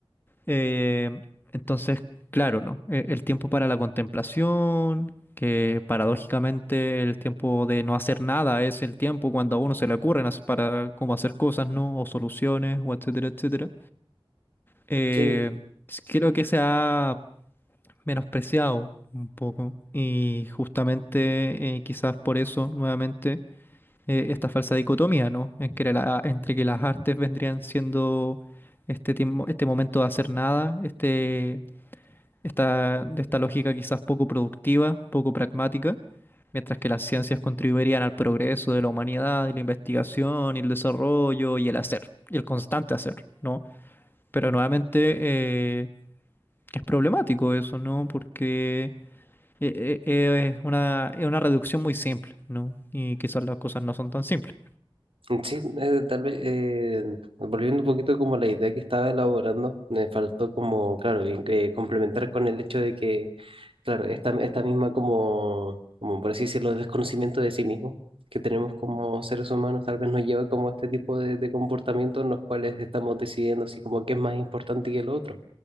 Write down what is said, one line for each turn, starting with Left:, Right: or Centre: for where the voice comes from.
Left: Eh, entonces, claro, ¿no? E- El tiempo para la contemplación, que paradójicamente el tiempo de no hacer nada es el tiempo cuando a uno se le ocurren as- para cómo hacer cosas, ¿no? O soluciones, o etcétera, etcétera. Eh,
Right: sí.
Left: s- creo que se ha menospreciado un poco y justamente eh, quizás por eso, nuevamente, eh, esta falsa dicotomía, ¿no? En que la- entre que las artes vendrían siendo este tiempo, este momento de hacer nada, este esta, de esta lógica quizás poco productiva, poco pragmática, mientras que las ciencias contribuirían al progreso de la humanidad, y la investigación, y el desarrollo, y el hacer, y el constante hacer, ¿no? Pero nuevamente eh, es problemático eso, ¿no? Porque eh, eh, eh, es una, es una reducción muy simple, ¿no? Y quizás las cosas no son tan simples.
Right: Sí, eh, tal vez eh, volviendo un poquito como a la idea que estaba elaborando, me faltó como, claro, in- eh, complementar con el hecho de que, claro, esta, esta misma como, como, por así decirlo, desconocimiento de sí mismo que tenemos como seres humanos, tal vez nos lleva como a este tipo de, de comportamientos en los cuales estamos decidiendo así como qué es más importante que lo otro,